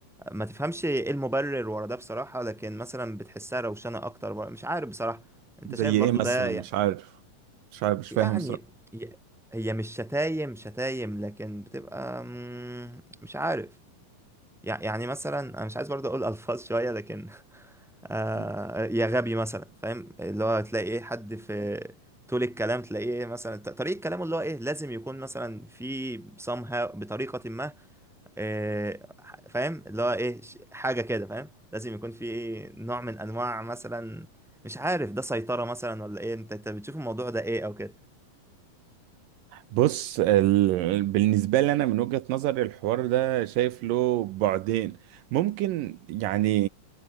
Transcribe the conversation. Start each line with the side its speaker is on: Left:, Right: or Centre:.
Centre: ما تفهمش ايه المبرر ورا ده بصراحة لكن مثلا بتحسها روشنة اكتر بر- مش عارف بصراحة انت
Right: زي
Centre: شايف برضو
Right: ايه مثلا
Centre: ده ي-
Right: مش عارف مش عارف مش
Centre: يعني
Right: فاهم
Centre: ي- هي مش شتايم شتايم لكن بتبقى مم، مش عارف يع- يعني مثلا انا مش عايز برضو اقول الفاظ شوية لكن آه
Right: صراحه
Centre: يا غبي مثلا فاهم اللي هو تلاقي ايه حد في طول الكلام تلاقيه مثلا ط- طريقة كلامه اللي هو ايه لازم يكون مثلا في somehow بطريقة ما إيه، فاهم اللي هو ايه ش- حاجة كده فاهم لازم يكون في إيه، نوع من انواع مثلا مش عارف ده سيطرة مثلا ولا ايه انت انت بتشوف الموضوع ده ايه او كده
Right: بص ال... بالنسبة لي أنا من وجهة نظري الحوار ده شايف له بعدين ممكن يعني